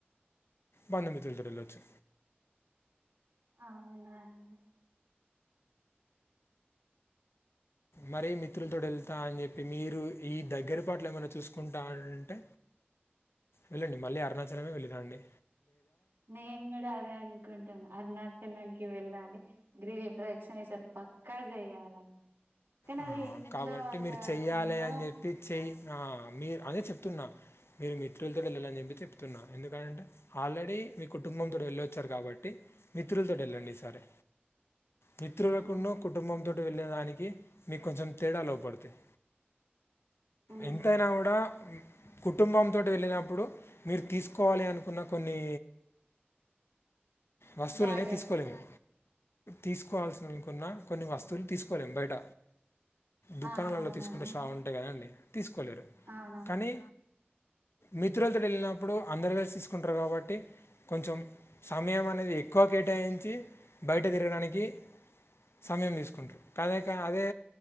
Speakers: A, on the left; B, on the right.
A: బంధుమిత్రులతోటి వెళ్ళొచ్చు
B: అవునాండి
A: మరీ మిత్రులతో వెళ్తా అని చెప్ పి మీరు ఈ దగ్గర పాట్లు లో ఏమైనా చూసుకుంటాా అంటే వెళ్ళండి మళ్ళీ అరుణాచలమే వెళ్లి రండి
B: నేను కూడా అదే అనుకుంటున అరుణాచలానికి వెళ్ళాలి గ్రీవ ప్రదక్షణ ఈసారి పక్కా చేయ్యాల కానీ
A: ఆ!
B: అది ఇంట్లో
A: కాబట్టి
B: వాళ్ళ
A: మీరు
B: కాకుండా
A: చెయ్యాలి అని చెప్పి చెయ్ ఆ మీ అదే చెప్తున్నా మీరు మిత్రులతో వెళ్ళాలని చెప్పి చెప్తున్నా ఎందుకంటే ఆల్రెడీ మీ కుటుంబంతో వెళ్ళొచ్చారు కాబట్టి మిత్రులతోటి వెళ్ళండి ఈ సరి మిత్రులకున్న
B: మ్మ్
A: కుటుంబం తోటి వెళ్ళేదానికి మీకు కొంచెం తేడాలు అగుపడతాయి
B: మ్మ్
A: ఎంతైనా కూడా కుటుంబంతోటి వెళ్ళినప్పుడు మీరు తీసుకోవాలి అనుకున్న కొన్ని వస్తువులని
B: జాగ్రత్తలు
A: తీసుకోలేము తీసుకోవాల్సినవి కొన్న కొన్ని వస్తువులు తీసుకోలేం బయట దుకాణాలలో
B: ఆ అవునండి
A: తీసుకుంటే షాలంట కదండి తీసుకోలేరు
B: అవునా
A: కానీ మిత్రులతోటి వెళ్ళినప్పుడు అందరు కలిసి తీసుకుంటారు కాబట్టి కొంచెం సమయమ ఎక్కువ కేటాయించి బయట తిరగడానికి సమయం తీసుకుంటారు కాద అదే